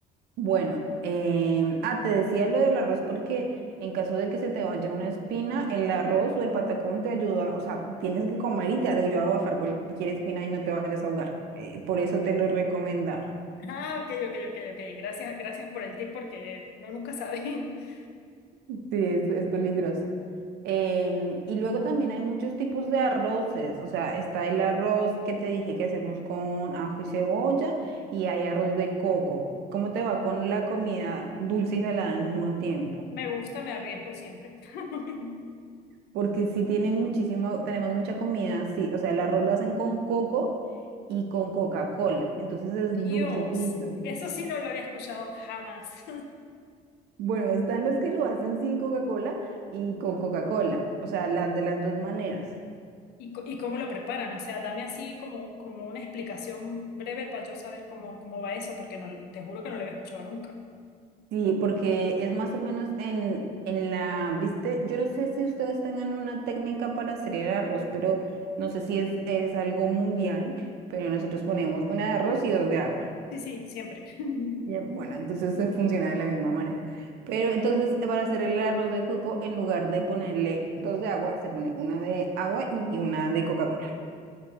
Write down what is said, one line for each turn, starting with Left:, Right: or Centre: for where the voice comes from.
Right: Bueno, em, ah, te decía lo del arroz porque en caso de que se te vaya una espina, el arroz o el patacón te ayuda, o sea, tienes que comer y te ayuda a bajar cualquier espina y no te vayas a ahogar. Eh, por eso te lo recomendaba.
Left: Ah, ok, ok, ok, ok. Gracias, gracias por el tip porque uno nunca sabe. <laughs>
Right: Sí, es, es peligroso. Em, y luego también hay muchos tipos de arroces, o sea, está el arroz que te dije que hacemos con ajo y cebolla y hay arroz de coco. ¿Cómo te va con la comida dulce y salada al mismo tiempo?
Left: Me gusta, me arriesgo siempre. <laughs>
Right: porque sí tienen muchísimo, tenemos mucha comida, sí, o sea, el arroz lo hacen con coco y con Coca-Cola, entonces es
Left: Dios,
Right: dulcecito.
Left: eso sí no lo había escuchado jamás.
Right: Bueno, están los que lo hacen sin Coca-Cola y con Coca-Cola, o sea, las de las dos maneras.
Left: <laughs> ¿Y, co- y cómo lo preparan? O sea, dame así como, como una explicación breve para yo saber cómo, cómo va eso, porque no, te juro que no lo había escuchado nunca.
Right: Sí, porque es más o menos en, en la, viste, yo no sé si ustedes tengan una técnica para hacer el arroz, pero no sé si es, es algo mundial, pero nosotros ponemos una de arroz y dos de agua.
Left: Sí, sí, siempre. <laughs>
Right: Bien, Bueno, entonces eh, funciona de la misma manera. Pero entonces, eh, para hacer el arroz de coco, en lugar de ponerle dos de agua, se pone una de agua y una de Coca-Cola.